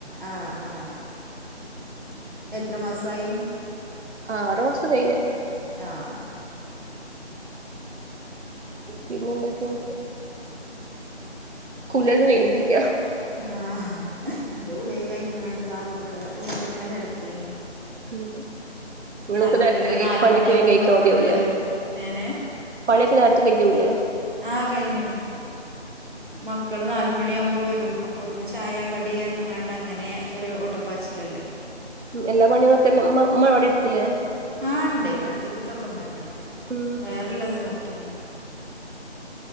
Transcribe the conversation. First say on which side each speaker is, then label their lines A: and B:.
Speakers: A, on the right; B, on the right.
A: ആഹ് ആഹ്. എത്ര മാസായി?
B: ആറ് മാസം കഴിഞ്ഞ്.
A: ആഹ്.
B: പിന്നെ എന്തൊക്കെയോ കുളിന്നും കഴിഞ്ഞിട്ടില്ല.
A: ആഹ് ന്റെ കുളിയക്കെ കഴിഞ്ഞ് ങാണ്ട് താ ഇവിടെ റൂമിൽ ഇങ്ങനെ കിടക്കേന്.
B: ഉം. ങ്ങളിപ്പനേരത്തെ
A: ആരുല്ലല്ലോ നാല്
B: പണിയൊക്കെ
A: മണിയാവുമ്പോ
B: വേഗം കഴിക്കാ
A: മക്കള്
B: മതിയാവൂലേ.
A: വരും ഏനെ
B: പണിയൊക്കെ നേരത്തെ കയ്യൂലേ?
A: ആഹ് കഴിഞ്ഞ്ണ്. മക്കള് നാല് മണിയാമ്പോവരും അപ്പൊത്തിന് ചായ കടി അർഞ്ങ്ങാണ്ട് അങ്ങനെ ഒരു ഓട്ടപ്പാച്ചിലല്ലേ.
B: എല്ലാ പണികളൊക്കെന്നെ മ്മ മ്മ പണി എടുക്കൂലേ
A: ആഹ് ഇണ്ടേയ് അടുപ്പത്ത്ത്തൊക്കെ ഇമ്മന്നെ എടുക്കും
B: ഉം
A: വേറെള്ളത് നോക്കിയാ മതി